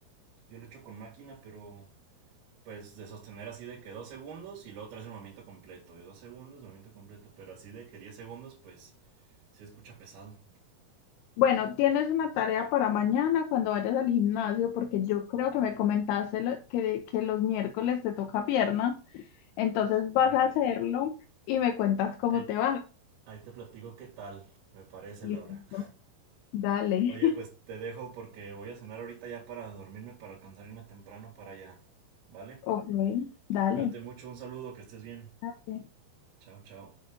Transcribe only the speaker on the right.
Yo lo echo con máquina, pero pues de sostener así de que dos segundos y luego traes el movimiento completo. Y dos segundos, movimiento completo. Pero así de que 10 segundos, pues sí escucha pesado.
Híjole.
Ahí
ahí te platico qué tal, me parece,
Laura.
Oye, pues te dejo porque voy a cenar ahorita ya para dormirme, para alcanzar irme temprano para allá. ¿Vale?
Cuídate mucho, un saludo, que estés bien.
Chao, chao.